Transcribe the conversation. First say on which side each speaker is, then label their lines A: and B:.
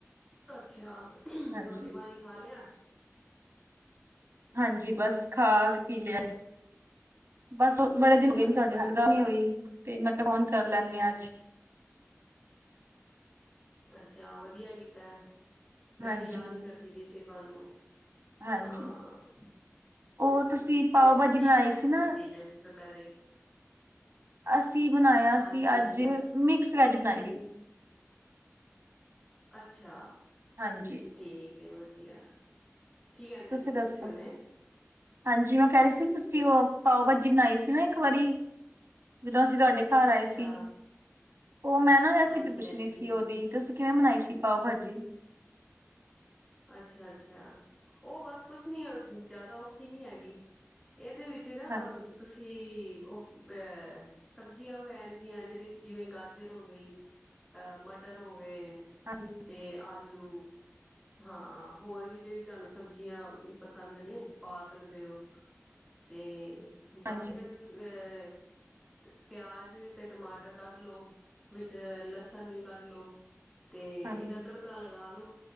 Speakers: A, in the centre; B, on the right.
A: ਅੱਛਾ!
B: ਹਾਂਜੀ
A: ਰੋਟੀ ਪਾਨੀ ਖਾ ਲਿਆ
B: ਹਾਂਜੀ ਬਸ ਖਾ ਪੀ ਲਿਆ ਬਸ ਬੜੇ ਦਿਨ ਹੋ ਗਏ ਨ
A: ਅੱਛਾ
B: ਤੁਹਾਡੇ ਨਾਲ
A: ਅੱਛਾ
B: ਗੱਲ ਹੋਈ ਤੇ ਮੈਂ ਕਿਹਾ ਫੋਨ ਕਰ ਲੈਂਦੀ ਹਾਂ ਅੱਜ
A: ਅੱਛਾ ਵਧੀਆ ਕੀਤਾ ਮੈਂ
B: ਹਾਂਜੀ
A: ਵੀ ਯਾਦ ਹੀ ਕਰਦੀ ਪ ਸੀ ਤੁਹਾਨੂੰ। ਹਾਂ
B: ਹਾਂਜੀ ਉਹ ਤੁਸੀਂ ਪਾਓ
A: ਹੋਰ
B: ਭਾਜੀ
A: ਕੀ
B: ਬਣਾਈ
A: ਬਣਾਇਆ
B: ਸੀ ਨਾ।
A: ਰੋਟੀ ਚ ਦੁਪਹਿਰੇ
B: ਅਸੀਂ ਬਣਾਇਆ
A: ਹਾਂਜੀ
B: ਸੀ ਅੱਜ ਮਿਕਸ ਵੈਜ ਬਣਾਈ ਸੀ।
A: ਅੱਛਾ!
B: ਹਾਂਜੀ
A: ਠੀਕ ਵਧੀਆ- ਕੀ ਕਹਿੰਦੇ
B: ਤੁਸੀਂ
A: ਪਏ ਸੀ
B: ਦੱਸੋ
A: ਹੁਣੇ
B: ਹਾਂਜੀ ਮੈਂ ਕਹਿ ਰਹੀ ਸੀ ਤੁਸੀਂ ਉਹ ਪਾਓ ਭਾਜੀ ਬਣਾਈ ਸੀ ਨਾ ਇੱਕ ਵਾਰੀ। ਜਦੋਂ ਅਸੀਂ ਤੁਹਾਡੇ ਘਰ
A: ਅੱਛਾ
B: ਆਏ ਸੀ ਉਹ ਮੈਂ ਨਾ ਰੈਸਪੀ
A: ਹਾਂਜੀ
B: ਪੁੱਛਣੀ
A: ਹਾਂਜੀ
B: ਸੀ ਉਹਦੀ। ਤੁਸੀਂ ਕਿਵੇਂ ਮਨਾਈ ਸੀ ਪਾਓ ਭਾਜੀ।
A: ਅੱਛਾ! ਅੱਛਾ! ਉਹ ਬਸ ਕੁਛ ਨੀ ਜਿਆਦਾ ਔਖੀ ਨੀ ਹੈਗੀ ਇਹਦੇ ਵਿੱਚ ਜਿਹੜਾ
B: ਹਾਂਜੀ
A: ਤੁਸੀਂ ਉਹ ਅਹ ਸਬਜ਼ੀਆਂ ਪੈਣਗੀਆਂ ਜਿਹੜੀ ਜਿਵੇਂ ਗਾਜਰ ਹੋ ਗਈ ਅਹ ਮਟਰ ਹੋ ਗਏ।
B: ਹਾਂਜੀ
A: ਤੇ ਆਲੂ ਹਾਂ ਹੋਰ ਵੀ ਜਿਹੜੀ ਤੁਹਾਨੂੰ ਸਬਜ਼ੀਆਂ ਪਸੰਦ ਨੇ ਪਾ ਸ ਸਕਦੇ ਹੋ ਤੇ ਬਸ
B: ਹਾਂਜੀ
A: ਇਹ ਅਹ ਪਿਆਜ ਤੇ ਟਮਾਟਰ ਕੱਟ ਲੋ ਵਿੱਚ ਲਸਣ ਵੀ ਕੱਢ ਲਓ। ਤੇ
B: ਹਾਂਜੀ
A: ਇਦਾ ਤੜਕਾ ਲਗਾ ਲੋ